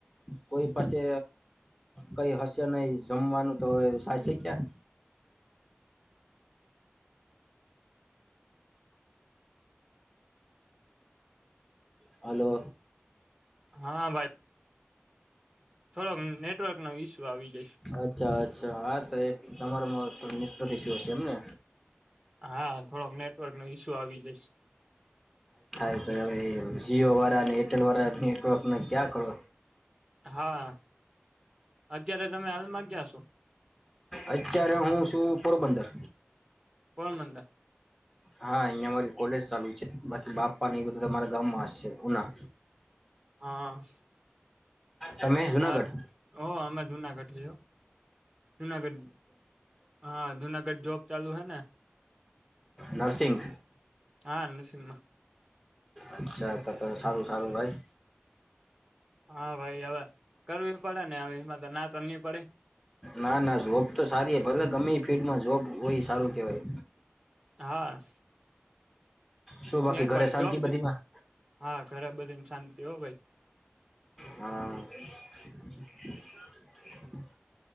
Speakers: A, in the centre; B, on the right.
A: કોઈ પાસે કઈ હાસ્ય નહીં, જમવાનું તો હવે સાશે ક્યાં?
B: <unintelligible>
A: હલો.
B: હા, ભાઈ. થોડોક નેટવર્ક નો ઈસ્યુ આવી જઈશ
A: અચ્છા, અચ્છા, હા તો એ તમારો મિત્રધશ હશે એમને.
B: હા થોડોક નેટવર્ક નો ઈસ્યુ આવી જશે.
A: હ જીઓ વાળા અને એરટેલ વાળા નેટવર્કને ક્યાં કરો.
B: હા અત્યારે તમે હાલમાં ગયા છો.
A: અત્યારે હું છું પોરબંદર.
B: પોરબંદર
A: હા અહિયાં મારી કોલેજ ચાલુ છે બાકી બાપ. પાણી બધું તમારા ગામમાં હશે ઉના.
B: હા.
A: તમે જુનાગઢ
B: હા ઓ અમે દુના ગઠઓ. જુનાગઢ હા જુનાગઢ જોબ ચાલુ હૈ ને.
A: નર્સિંગ
B: હા અન સિમા.
A: અચછા ત ત સારું સારું ભાઈ.
B: હા ભાઈ હવે કરવી પડે ને હવે એમાં તો ના તો નહી પડે.
A: ના ના જોબ તો સારી ભલે ગમે ફિલ્ડમાં જોબ હોય સારું કેવાય.
B: હા.
A: શું બાકી
B: એક
A: ઘરે
B: વાર
A: શાંતિ
B: જોબ
A: બધીમાં
B: હા ઘરે બધીને શાંતિ હો ભાઈ.
A: હા <unintelligible>